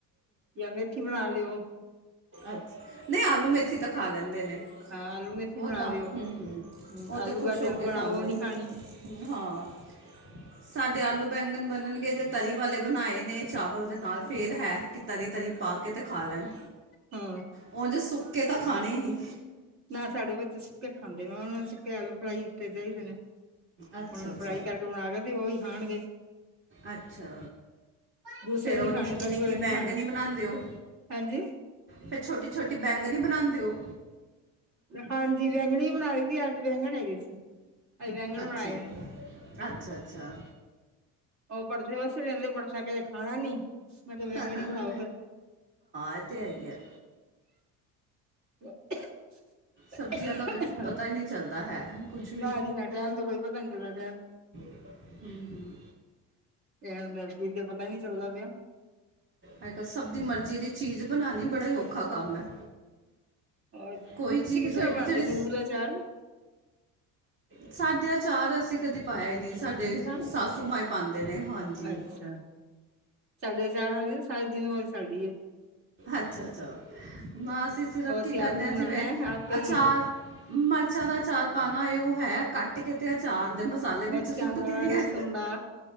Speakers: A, on the right; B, on the right.
A: ਜਾਂ ਮੇਥੀ ਬਣਾ ਲਿਓ।
B: ਅੱਛਾ ਨਹੀਂ, ਆਲੂ ਮੇਥੀ ਤਾਂ ਖਾ ਲੈਂਦੇ ਨੇ।
A: ਹਾਂ ਆਲੂ ਮੇਥੀ
B: ਉਹ
A: ਬਣਾ
B: ਤਾਂ
A: ਲਿਓ
B: ਹੂੰ-ਹੂੰ, ਉਹ
A: ਆਲੂ
B: ਤੇ ਖ਼ੁਸ਼
A: ਗਾਜਰ
B: ਹੋ
A: ਬਣਾਓ
B: ਕੇ ਖਾਂਦੇ
A: ਉਹ ਨੀ
B: ਨੇ।
A: ਖਾਣੀ
B: ਹਾਂ। ਸਾਡੇ ਆਲੂ ਬੈਂਗਣ ਬਨਣਗੇ ਜੇ ਤਰੀ ਵਾਲੇ ਬਣਾਏ ਨੇ ਚਾਵਲ ਦੇ ਨਾਲ ਫੇਿਰ ਹੈ। ਕਿ ਤਰੀ-ਤਰੀ ਪਾ ਕੇ ਤੇ ਖਾ ਲੈਣ
A: ਹੂੰ।
B: ਉੰਝ ਸੁੱਕੇ ਤਾਂ ਖਾਣੇ ਹੀ ਨਹੀਂ।
A: ਨਾ ਸਾਡੇ ਬੱਚੇ ਸੁੱਕੇ ਖਾਂਦੇ ਨੇ ਉਹਨਾਂ ਨੂੰ ਸੁੱਕੇ ਆਲੂ ਫਰਾਈ ਕੀਤੇ ਚਾਹੀਦੇ ਨੇ।
B: ਅੱਛਾ
A: ਹੁਣ
B: ਅੱਛਾ
A: ਫਰਾਈ ਕਰਕੇ ਬਣਾ ਕੇ ਤੇ ਉਹੀ ਖਾਣਗੇ।
B: ਅੱਛਾ,
A: ਦੂਸਰੇ
B: ਫਿਰ ਉਹ
A: ਨੀ ਖਾਣੇ
B: ਨਿੱਕੀ-ਨਿੱਕੀ
A: ਤਰੀ ਵਾਲੇ ਨੀ
B: ਬੈਂਗਨੀ
A: ਖਾਣੇ
B: ਬਣਾ ਦੇਓ।
A: ਹਾਂਜੀ
B: ਫਿਰ ਛੋਟੀ-ਛੋਟੀ ਬੈਂਗਣੀ ਬਣਾਦੇ ਓ।
A: ਹਾਂਜੀ ਵੈਗਣੀ। ਬਣਾਏ ਵੀ ਅੱਜ ਬੈਂਗਣ ਹੈਗੇ ਸੀ, ਅੱਜ ਬੈਂਗਣ
B: ਅੱਛਾ
A: ਬਨਾਏ ਨੇ।
B: ਅੱਛਾ ਅੱਛਾ।
A: ਉਹ ਭਰਥੇ ਵਸਤੇ ਕਹਿੰਦੇ ਭਰਥਾ ਕੇਦੇ ਖਾਣਾ ਨੀ। ਮੈਂ ਕਿਹਾ ਵੈਂਗਣ
B: ਹਾਂ-ਹਾਂ-ਹਾਂ-ਹਾਂ
A: ਹੀ ਬਣਾਓ ਫਿਰ
B: ਇਹ ਤਾਂ ਹੈ ਹੀ ਹੈ।
A: ਅ
B: ਸਬਜ਼ੀਆਂ ਦਾ
A: <unintelligible>
B: ਬਟ- ਪਤਾ ਹੀ ਨਹੀਂ ਚੱਲਦਾ ਹੈ ਕੁਝ ਵੀ
A: ਨਾ ਜੀ ਨਾ ਟਾਈਮ ਦਾ ਕੋਈ ਪਤਾ ਨਈ ਚਲਦਾ ਟਾਈਮ
B: ਹੂੰ-ਹੂੰ।
A: ਇਹ ਏਵੇ ਲਗਦੀ ਤੇ ਪਤਾ ਹੀ ਨਹੀ ਚੱਲਦਾ ਪਿਆ।
B: ਅੱਜ-ਕੱਲ੍ਹ ਸਭ ਦੀ ਮਰਜ਼ੀ ਦੀ ਚੀਜ਼ ਬਣਾਉਣੀ ਬੜਾ ਹੀ ਔਖਾ ਕੰਮ ਹੈ।
A: ਹੋਰ, ਤੁਸੀਂ
B: ਕੋਈ ਚੀਜ਼
A: ਕਿੱਸ ਤਰਹਾ
B: ਹੋਏਗੀ
A: ਬਣਾਉਦੇ
B: ਜਿਹੜੀ
A: ਹੋ ਨਿੰਬੂ ਦਾ ਚਾਰ?
B: ਸਾਡੇ ਅਚਾਰ ਅਸੀਂ ਕਦੇ ਪਾਇਆ ਹੀ ਨਹੀਂ ਸਾਡੇ
A: ਅੱਛਾ
B: ਸਾਸੂ ਮਾ ਪਾਉਂਦੇ ਨੇ, ਹਾਂਜੀ।
A: ਅੱਛਾ ਸਾਡੇ ਅਚਾਰਾਂ ਦੀ ਨਾ ਸਾਰੀ ਜਿੰਮੇਵਾਰੀ ਸਾਡੀ ਹੈ।
B: ਅੱਛਾ-ਅੱਛਾ, ਨਾ ਅਸੀਂ ਸਿਰਫ਼
A: ਉਹ ਅਸੀਂ
B: ਕੀ ਕਰਨੇ
A: ਆਪ ਹੀ
B: ਹਾਂ
A: ਬਣਾਉਣਾ
B: ਜਿਵੇਂ
A: ਹੈ ਆਪੇ
B: ਅਚਾਰ
A: ਹੀ
B: ਮਿਰਚਾਂ ਦਾ ਅਚਾਰ ਪਾਉਣਾ ਇਹ ਹੈ ਕੱਟ ਕੇ ਤੇ ਅਚਾਰ ਦੇ ਮਸਾ ਸਾਲੇ ਵਿੱਚ
A: ਮਿਰਚਾਂ
B: ਸੁਟਦੀ
A: ਦਾ
B: ਰਿਆਂ
A: ਲਸਣ ਦਾ